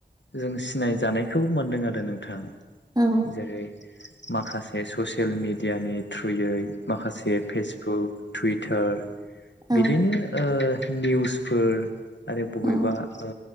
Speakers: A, on the left; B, on the right.
A: जों सिनाय जानायखौ मोनदों आरो नोंथां।
B: औ
A: जेरै माखासे ससियेल मिडियानि थ्रुयै माखासे फेसबुक टुइटार
B: औ
A: बिदिनो ओ निउसफोर आरो
B: औ
A: बबेबा ओ